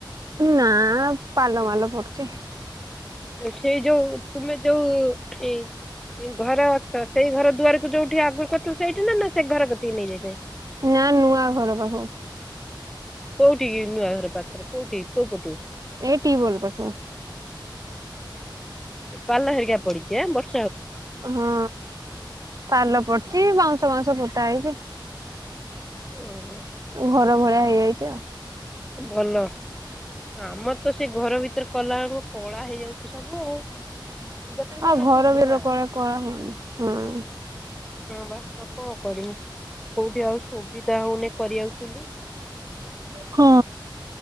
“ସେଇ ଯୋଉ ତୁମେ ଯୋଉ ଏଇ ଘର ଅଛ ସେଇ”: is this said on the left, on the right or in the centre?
Centre